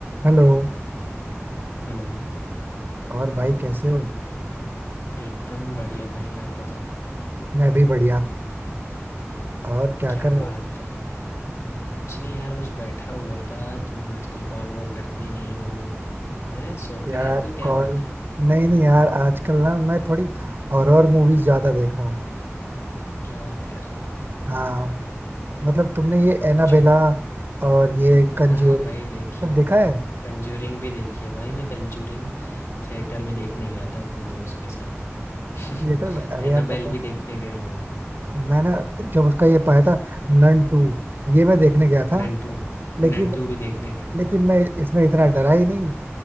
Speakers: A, on the right; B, on the left.
A: Hello
B: Hello
A: और भाई कैसे हो
B: एकदम बढ़िया भाई आप बताओ
A: मैं भी बढ़िया और क्या
B: क्या
A: कर रहे
B: बात
A: हो
B: है कुछ नहीं यार बस बैठा हुआ था तुम आजकल कॉल वॉल करते नहीं हो हैं सोते
A: यार
B: रहते हो क्या
A: कॉल
B: बात है
A: नहीं नहीं यार आजकल ना मैं थोड़ी हॉरर मूवीज ज्यादा देख रहा हूँ
B: क्या बात कर रहे हो
A: हाँ मतलब तुमने ये
B: अच्छा
A: एनाबेला और ये कंज्यूरिंग
B: हाँ भाई देखिए
A: सब देखा है
B: कंजूरिंग भी देखिए भाई मैं कंजूरिंग थिएटर में देखने गया था अपने दोस्त के साथ <laughs>
A: थिएटर में अरे
B: एनाबेल
A: यार पता
B: भी
A: है,
B: देखने गया हुआ हूँ
A: मैंने जब उसका ये पाया था नन टू ये मैं देखने गया था
B: नंटू
A: लेकिन
B: नंटू भी देखने गया हूँ
A: लेकिन मैं इसमें इतना डरा ही नहीं